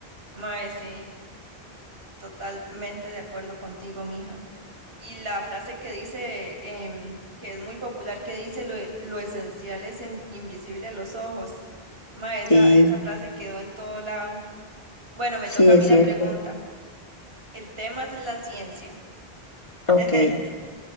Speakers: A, on the right (about 70°); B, on the left (about 30°).
A: Mae, sí, totalmente de acuerdo contigo, mija. Y la frase que dice, em, que es muy popular, que dice lo, e- lo esencial es in- invisible a los ojos. Ma, esa,
B: Sí,
A: esa frase quedó en todo lado. Bueno, me
B: sí,
A: toca a
B: es
A: mí la
B: cierto.
A: pregunta. El tema es la ciencia.
B: Ok.
A: <laughs>